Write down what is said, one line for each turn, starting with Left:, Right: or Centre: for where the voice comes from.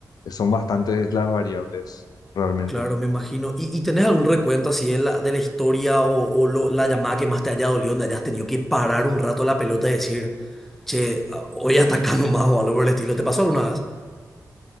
Left: Son bastantes las variables realmente.
Centre: claro, me imagino. ¿Y, y tenés algún recuento así de la, de la historia o, o lo- la llamada que más te haya dolido, donde hayas tenido que parar un rato la pelota y decir... Che, a- hoy atacando más o algo por el estilo. ¿Te pasó alguna vez?